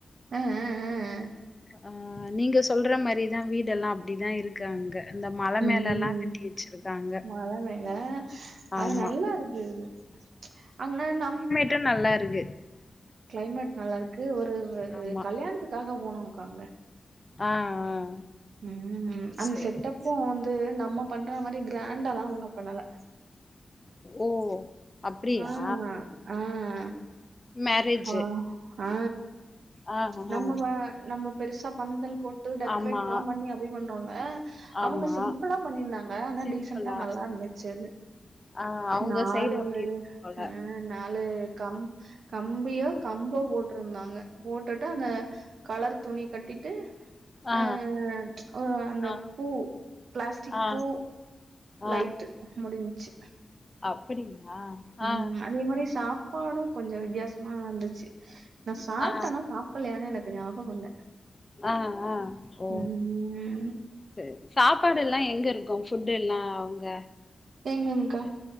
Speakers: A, on the right; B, on the left.
A: அ அ அ அ அ அ அ
B: ஆ நீங்க சொல்ற மாரிதா வீடெல்ல அப்டிதா இருக்கு அங்க இந்த மல
A: உம்
B: மேலல்லா கட்டி வச்சிருக்காங்க
A: மல மேல அது
B: ஆமா
A: நல்லா இருக்கு இது ஆனா நம்
B: ட்டு நல்லா இருக்கு
A: கிளைமேட் நல்லா இருக்கு ஒரு
B: ஆமா
A: கல்யாணத்துக்காக போனோம்க்கா அங்க
B: ஆ ஆ
A: உம் ம் அந்த
B: சேரி
A: செட்டப்பு
B: சேரி
A: வந்து நம்ம பண்ற மாரி கிரண்டால ஒன்னு பண்ணல
B: ஓ அப்டியா
A: ஆ, ஆ.
B: மேரேஜு
A: ஆ ஆ
B: ஆ
A: நம்ம
B: ஆ
A: வ நம்ம பெருசா பந்தல் போட் டு டெக்ரேட்லா
B: ஆமா
A: பண்ணி அப்டி பண்ரோல
B: ஆமா
A: அவுங்க சிம்ப்ளா பண்ணிருந்தாங்க ஆனா
B: சிம்பிளா
A: டீசண்டா நல்லா இருந்துது சேரி
B: ஆ அவங்க
A: நாலு
B: சைடு அப்டி இருக்கும் போல
A: அ நாலு கம் கம்பியோ கம்போ போட்ருந்தாங்க போட்டுட்டு அந்த கலர் துணி கட்டிட்டு
B: ஆ
A: அ ஆ ஓ அந்த
B: ஆ ஆ
A: பூ பிளாஸ்டிக்
B: ஆ
A: பூ
B: ஆ
A: லைட்டு முடின்ச்சு
B: அப்டிங்களா
A: உம்
B: ஆ
A: அதே மாரி சாப்பாடும் கொஞ்சோ வித்தியாசமா இருந்துச்சு நா சாப்ட்டனா
B: ஆ ஆ
A: சாப்பலயானே எனக்கு ஞ்யாபகோ இல்ல
B: ஆஹ் ஆஹ் ஓ
A: ம்
B: சேரி சாப்பாடுல்லா எங்க இருக்கு ஃபுட்டு எல்லா அங்க
A: எங்கங்க்கா